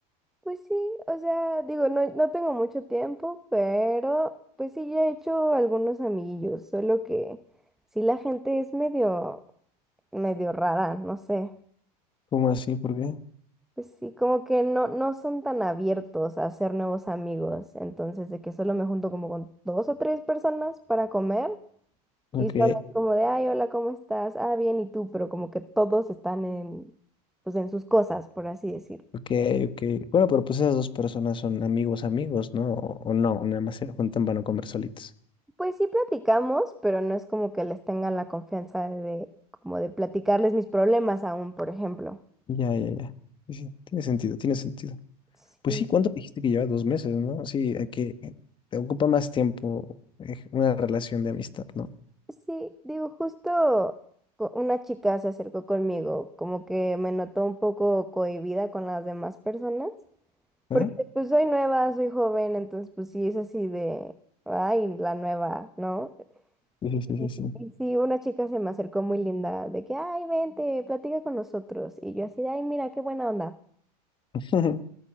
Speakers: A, in the centre; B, on the left (about 25°).
A: pues sí, o sea, digo, no, no tengo mucho tiempo, pero pues sí, ya he hecho algunos amiguillos, solo que sí la gente es medio, medio rara, no sé.
B: ¿Cómo así? ¿Por qué?
A: Pues sí, como que no, no son tan abiertos a hacer nuevos amigos, entonces de que solo me junto como con dos o tres personas para comer.
B: Ok,
A: Y solo es como de, ay, hola, ¿cómo estás? Ah, bien, ¿y tú? Pero como que todos están en, pues en sus cosas, por así decirlo.
B: ok, ok. Bueno, pero pues esas dos personas son amigos, amigos, ¿no? O, o no, nada más se juntan para no comer solitos.
A: Pues sí platicamos, pero no es como que les tengan la confianza de, de como de platicarles mis problemas aún, por ejemplo.
B: Ya, ya, ya. Sí, sí, tiene sentido, tiene sentido.
A: Sí,
B: Pues sí, ¿cuánto dijiste que lleva dos meses, no? Sí, hay que eh, te ocupa más tiempo eh, una relación de amistad, ¿no?
A: sí, digo, justo co- una chica se acercó conmigo, como que me notó un poco cohibida con las demás personas,
B: ¿Verdad?
A: porque pues soy nueva, soy joven, entonces pues sí es así de, ay, la nueva, ¿no?
B: Sí, sí, sí,
A: Y,
B: sí. sí.
A: y sí, una chica se me acercó muy linda, de que, ay, vente, platica con nosotros. Y yo así de, ay, mira, qué buena onda.
B: <laughs>